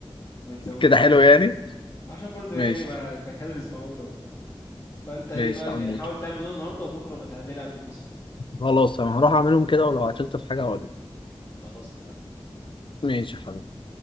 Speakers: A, on the left (about 30°); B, on the left (about 60°).
A: ما تزودهاش
B: كده حلو يعني
A: <laughs> عشان برضه يعني
B: ماشي
A: ما تبقى كالوريز معقوله وبتاع فانت ايه
B: ماشي
A: بقى
B: يا عم
A: يعني
B: ممكن.
A: حاول تعمل دول النهارده وبكره بتعللها اديك وصفه تانيه
B: خلاص انا هروح اعملهم كده ولو عطلت في حاجة هقول لك.
A: خلاص اتفقنا
B: ماشي يا حبيبي